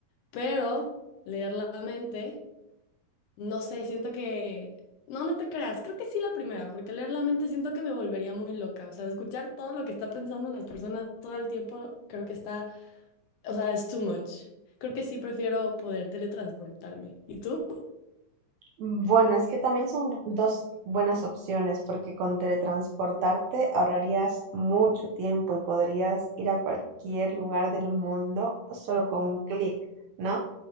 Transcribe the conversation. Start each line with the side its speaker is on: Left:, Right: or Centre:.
Left: pero leer la mente. No sé, siento que... No, no te creas, creo que sí la primera, porque leer la mente siento que me volvería muy loca. O sea, escuchar todo lo que está pensando las personas todo el tiempo, creo que está... O sea, es too much. Creo que sí prefiero poder teletransportarme. ¿Y tú?
Right: Bueno, es que también son bu- dos buenas opciones porque con teletransportarte ahorrarías mucho tiempo y podrías ir a cualquier lugar del mundo solo con un clic, ¿no?